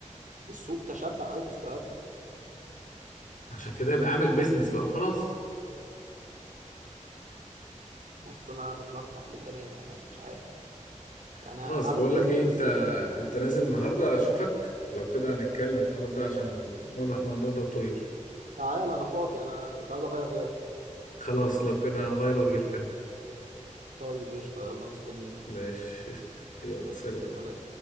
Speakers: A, on the right; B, on the left.
A: السوق تشبع أوي بالصيادلة
B: عشان كده يبقى اعمل بيزنس بقى وخلاص
A: بص أنا متلخبط للأمانة يعني مش عارف يعني
B: خلاص
A: أعمل
B: بقول
A: بيزنس
B: لك ايه انت انت نازل النهارده اشوفك لو كده هنتكلم في الحوار ده عشان واضح الموضوع ده طويل
A: تعال أنا فاضي أنا كنت عايز أغير جو
B: خلاص لو كده هغير واجيلك انا
A: طيب قشطة يلا مستنيك
B: ماشي قشطة. يلا
A: يلا
B: سلام
A: سلام